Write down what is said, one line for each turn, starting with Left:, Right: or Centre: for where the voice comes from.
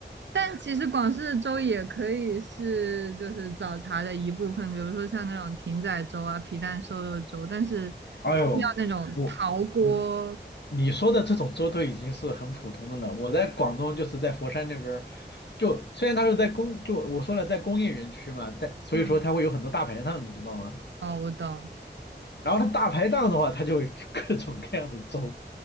Right: 但其实广式的粥也可以是就是早茶的一部分，比如说像那种艇仔粥啊、皮蛋瘦肉粥，但是就是要那种陶锅。
Left: 哎呦，我。嗯。你说的这种粥都已经是很普通的了。我在广东就是在佛山那边儿就虽然它是在工，就我说了在工业园区嘛，但所以说它会有很多大排档，
Right: 嗯，
Left: 你知道吗？
Right: 哦，我懂。
Left: 然后它大排档的话，它就会 <laughs> 各种各样的粥。